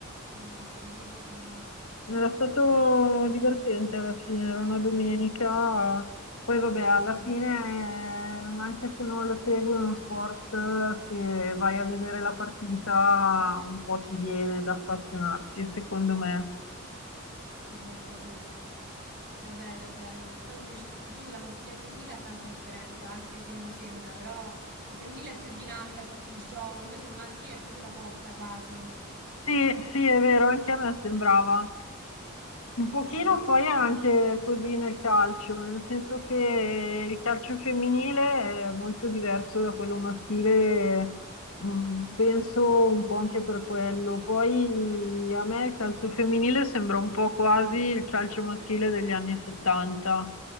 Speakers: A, on the right; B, on the left.
A: eh, bellissimo,
B: Era stato divertente alla fine, era una domenica, poi vabbè,
A: credo.
B: alla fine, eh, anche se non lo segui uno sport, se vai a vedere la partita, un po' ti viene da appassionarti, secondo me.
A: Vero, vero. È bello, è bello. Poi come dici tu, la maschile e femminile ha tanta differenza, anche se non sembra, però la femminile è più dinamica, c'è più gioco, invece il maschile è più sulla forza quasi.
B: Sì, sì, è vero, anche a me sembrava. Un pochino
A: Sì, è vero.
B: poi è anche così nel calcio, nel senso che il calcio femminile è molto diverso da quello maschile, mh, penso un po' anche per quello. Poi a me il calcio femminile sembra un po' quasi il calcio maschile degli anni 70,